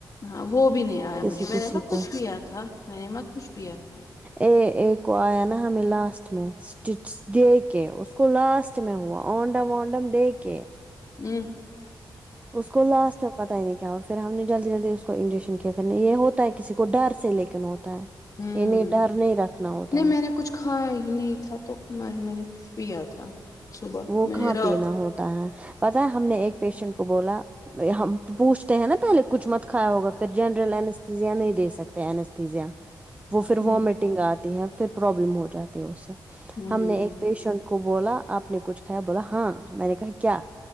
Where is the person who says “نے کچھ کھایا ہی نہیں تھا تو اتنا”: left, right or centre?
Left